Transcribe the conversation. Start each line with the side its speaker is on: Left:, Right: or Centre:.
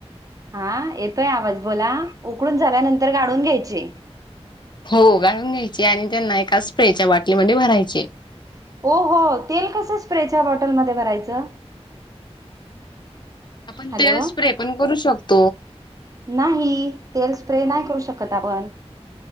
Right: हा येतोय आवाज बोला उकडून झाल्यानंतर गाळून घ्यायचे.
Left: हो गाळून घ्यायची आणि त्यांना एका स्प्रेच्या बाटलीमध्ये भरायचे.
Right: हो हो तेल कसं स्प्रेच्या बॉटलमध्ये भरायचं.
Left: आपण
Right: हॅलो
Left: ते स्प्रे पण करू शकतो.
Right: नाही तेल स्प्रे नाही करू शकत आपण